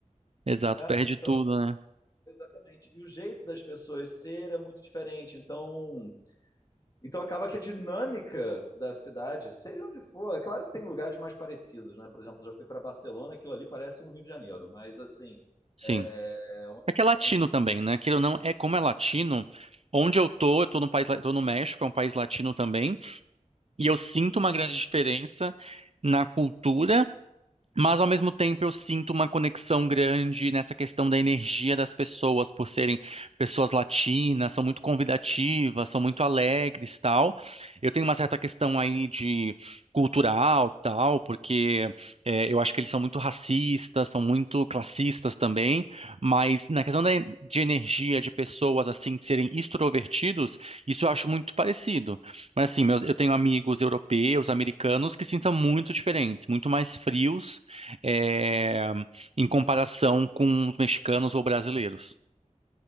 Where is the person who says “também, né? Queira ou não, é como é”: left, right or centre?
Right